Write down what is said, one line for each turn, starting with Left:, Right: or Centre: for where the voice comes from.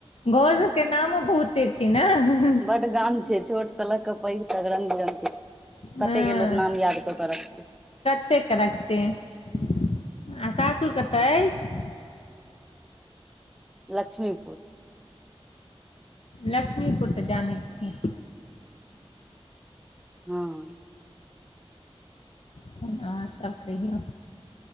Left: गाँव सभके नामो बहुते छै न
Centre: बड गाम छै छोट से लऽ के पैघ तक रंग बिरंग के छै
Left: हँ
Centre: कते के लोक नाम याद कऽ के रखतै
Left: कतेक के रखतै आ सासुर कतऽ अछि
Centre: लक्ष्मीपुर
Left: लक्ष्मीपुर तऽ जानै छियै
Centre: हँ
Left: तहन आओर सभ कहियौ